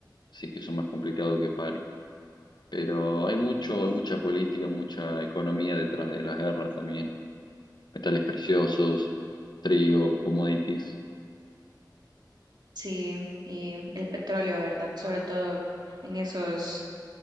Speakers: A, on the left; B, on the right.
A: así que son más complicados que pare. Pero hay mucho, hay mucha política, mucha economía detrás de las guerras también, metales preciosos, trigo, commodities.
B: Sí, y el petróleo, ¿verdad? Sobre todo en esos